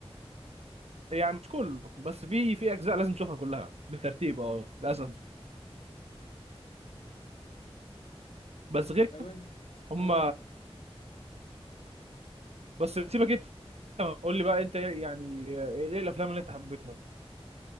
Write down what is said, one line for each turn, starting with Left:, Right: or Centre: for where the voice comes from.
Right: يعني مش كله بس في في اجزاء لازم تشوفها كلها بالترتيب اه للاسف بس غير كده
Left: طب انت
Right: هم
Left: اه
Right: بس سيبك انت قول لي بقى انت إيه- يعني آه، ايه الافلام اللي انت حبيتها